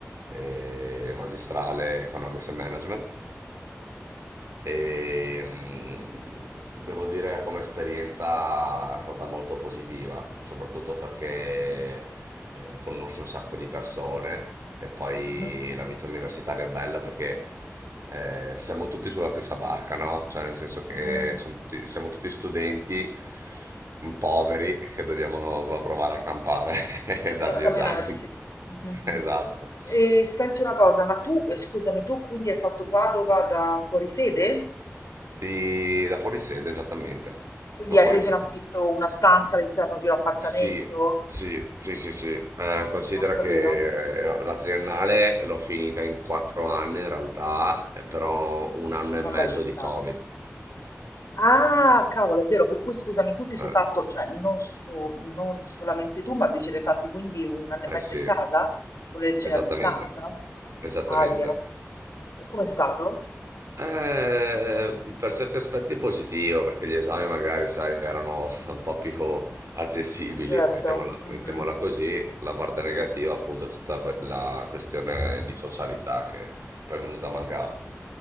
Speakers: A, on the right (about 75°); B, on the left (about 85°).
A: eh, magistrale, economics and management. e mm, devo dire che come esperienza è stata molto positiva, soprattutto perché eh, conosci un sacco di persone e poi
B: Mhm.
A: la vita universitaria è bella perché eh, siamo tutti sulla stessa barca, no? Cioè nel senso
B: Mhm.
A: che sono tutti- siamo tutti studenti poveri che dobbiamo provare a campare <laughs> e dargli
B: Barcamenarsi.
A: esami.
B: Mhm.
A: <laughs> Esatto.
B: E senti una cosa, ma tu, eh, scusami, tu quindi hai fatto Padova da fuorisede?
A: E da fuori sede, esattamente.
B: Quindi
A: Da
B: hai
A: fuori
B: preso
A: sede.
B: in affitto una stanza all'interno di un appartamento?
A: Sì, sì, sì, sì, sì. Eh, considera
B: Ho capito.
A: che eh, la triennale l'ho finita in quattro anni in realtà, eh, però un anno
B: Vabbè,
A: e mezzo
B: ci sta.
A: di Covid.
B: Ah, cavolo, è vero, per cui scusami, tu ti sei
A: Eh,
B: fatto, cioè non, so- non solamente tu, ma vi siete fatti quindi un anno e
A: eh
B: mezzo
A: sì,
B: in casa con le lezioni
A: esattamente,
B: a distanza?
A: esattamente.
B: Aia, e com'è stato?
A: Eh, per certi aspetti positivo, perché gli esami magari, sai, erano <laughs> un po' più accessibili,
B: Certo,
A: mettiamola,
B: mhm,
A: mettiamola così. La parte negativa, appunto, è tutta quella questione di socialità che poi è venuta a mancare.